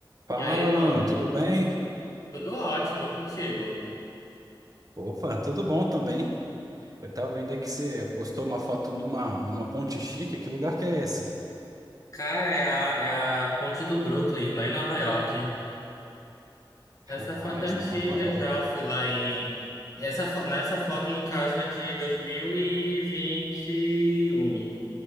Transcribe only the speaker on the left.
E aí, mano?
Tudo ótimo, e contigo?
Cara, é a, é a ponte do Brooklyn, lá em Nova York. Essa
foto é antiga
já, eu fui lá em. Essa, fo- nessa foto, no caso, é de dois dois mil mil e vinte e um.